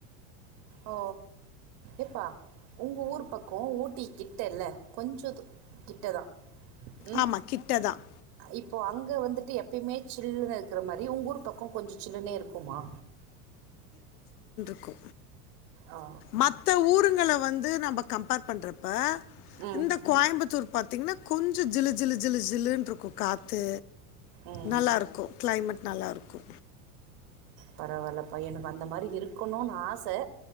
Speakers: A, on the right; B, on the left.
A: ஓ எப்பா உங்க ஊர் பக்கோ ஊட்டி கிட்டெல்ல கொஞ்ச து கிட்ட தா ம்
B: ஆமாம் கிட்ட தான்
A: இப்போ அங்க வந்துட்டு எப்பய்மே சில்லுனு இருக்குற மாரி உங்க ஊர் பக்கொ கொஞ்ச சில்லுனே இருக்குமா
B: க்கு
A: ஆ
B: மத்த ஊருங்கள வந்து நம்ப <unintelligible> பண்றப்ப
A: ம்
B: இந்த கோயம்புத்தூர் பாத்தீங்கனா கொஞ்சொ ஜிலு ஜிலு ஜிலு ஜிலுன்ருக்கு காத்து
A: ம்
B: நல்லாருக்கு க்ளைமட் நல்லாருக்கு
A: பரவால்ல பையனுக்கு அந்த மாரி இருக்கணுன் ஆச